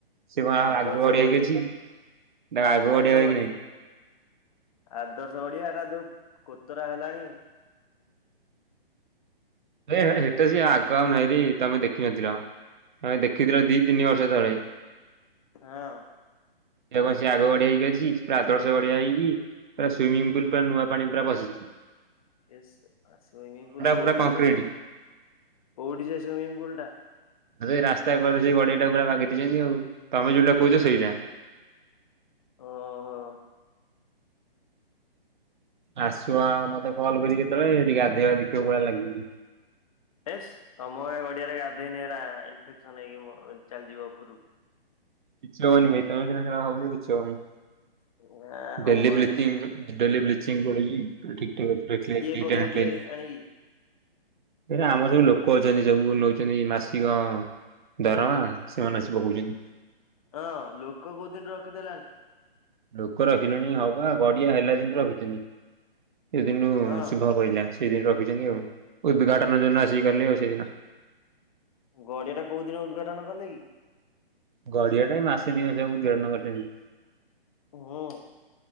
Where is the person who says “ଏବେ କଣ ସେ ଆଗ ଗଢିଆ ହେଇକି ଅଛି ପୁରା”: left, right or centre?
Right